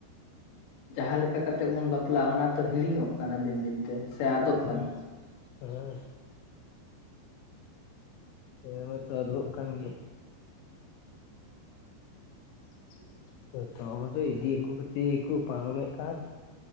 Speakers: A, on the left (about 65°); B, on the left (about 85°).
A: ᱡᱟᱦᱟᱸ ᱞᱮᱠᱟ ᱠᱟᱛᱮᱜ ᱵᱩᱱ ᱵᱟᱯᱞᱟᱜ-ᱟ ᱚᱱᱟ ᱛᱚ ᱦᱤᱲᱤᱧᱚᱜ ᱠᱟᱱᱟ ᱫᱤᱱ ᱫᱤᱱ ᱛᱮ᱾ ᱥᱮ ᱟᱫᱚᱜ
B: <unintelligible>
A: ᱠᱟᱱᱟ
B: ᱛᱚᱵᱮ ᱢᱟ ᱪᱟ ᱫᱳᱜ ᱠᱟᱱ ᱜᱮ᱾
A: <unintelligible>
B: ᱮᱛᱚ ᱢᱟᱪᱮ ᱤᱫᱤ ᱭᱮᱜ ᱠᱚ ᱠᱷᱟᱹᱛᱤᱨ ᱠᱚ ᱯᱟᱨᱚᱢᱮᱫ ᱠᱟᱱ᱾